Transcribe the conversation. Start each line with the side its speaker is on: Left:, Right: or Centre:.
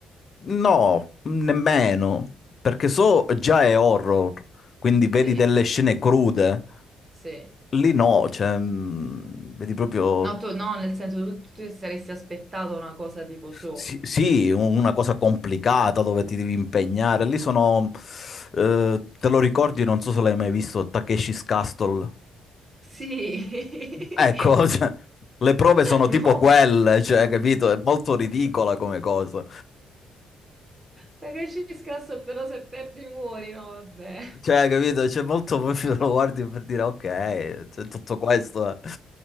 Left: no, nemmeno, perché so già è horror, quindi vedi
Right: sì.
Left: delle scene crude.
Right: Sì.
Left: Lì no, cioè, mm, vedi proprio.
Right: No, tu, no, nel senso tu, tu ti saresti aspettato una cosa tipo so.
Left: Sì, sì, un- una cosa complicata dove ti devi impegnare. Lì sono, eh, te lo ricordi, non so se l'hai mai visto, Takeshi's Castle.
Right: Sì.
Left: Ecco,
Right: <laughs>
Left: <laughs> cioè, le prove sono
Right: No,
Left: tipo quelle, cioè, capito? È molto ridicola come cosa.
Right: perché ci scasso però se perdi muori, no, vabbè.
Left: Cioè, capito? C'è molto, <laughs> lo guardi per dire, ok, c'è tutto questo. eh.